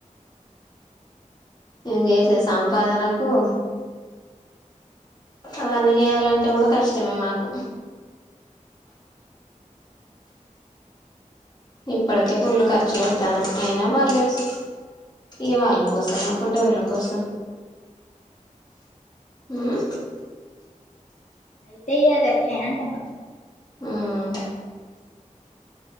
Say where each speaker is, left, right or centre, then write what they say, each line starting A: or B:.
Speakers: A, on the left; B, on the left.
A: ఏం చేసే సంపాదనకుయూ అవన్నీ చేయాలంటే కూడా కష్టమే మాకు ఇప్పటికే ఫుల్లు ఖర్చులువుతాను అయినా పర్లేదు ఇవాళ కోసం
B: అయితే
A: కాకుంటే వీళ్ళ కోసం మ్
B: అయితే అ గట్నే అంటాన్నా
A: మ్మ్